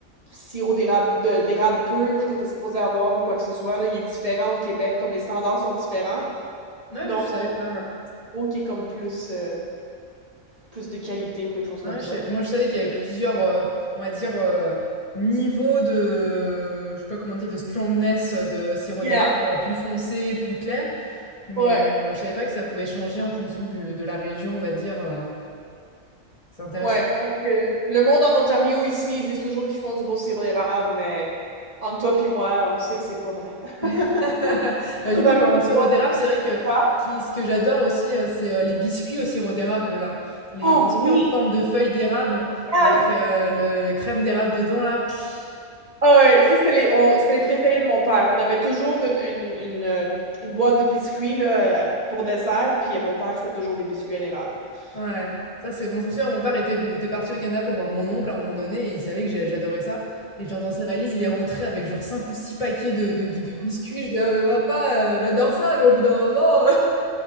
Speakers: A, on the right (about 25°); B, on the left (about 25°).
A: sirop d'érable, de- d'érable pur que tu es supposé avoir ou quoi que ce soit, là, il est différent au Québec, comme les standards sont différents.
B: Ouais,
A: Donc
B: je savais
A: on a
B: pas. hein.
A: un sirop qui est comme plus, euh, plus de qualité ou quelque chose
B: Ouais,
A: comme ça,
B: je savais-
A: là.
B: Moi, je savais qu'il y avait plusieurs, euh, on va dire, euh, niveaux de, je sais pas comment dire, de strongness euh, de sirop
A: Yeah.
B: d'érable, genre plus foncé, plus clair. Mais
A: Ouais.
B: euh, je savais pas que ça pouvait changer en fonction du, de la région, on va dire. euh, c'est intéressant.
A: Ouais, parce que le monde en Ontario ici, ils disent toujours qu'ils font du beau sirop d'érable, mais entre toi puis moi, on sait que c'est pas vrai. <laughs>
B: <laughs> Euh, du
A: On
B: coup,
A: a
B: on
A: même
B: peut en sirop
A: pas-
B: d'érable. C'est vrai que
A: Ouais.
B: ce qui- ce que j'adore aussi, euh, c'est euh, les biscuits au sirop d'érable, là. Les
A: Oh
B: biscuits
A: oui!
B: en forme de feuilles d'érable
A: Yes!
B: avec euh, le, la crème d'érable dedans, là. Pff,
A: Ah ouais, ça c'était les, on- c'était les préférés de mon père. On avait toujours une, une, une, euh, une boîte de biscuits là, euh, pour dessert, puis euh, mon père c'était toujours des biscuits à l'érable. Tu
B: ouais. Ça, c'est bon. Je me souviens, mon père était, venu- était parti au Canada pour voir mon oncle à un moment donné et il savait que j'ai- j'adorais ça. Et genre, dans sa valise, il est rentré avec genre 5 ou 6 paquets de, de, de biscuits. Je dis, ah, mais papa, euh, j'adore ça, mais au bout d'un moment,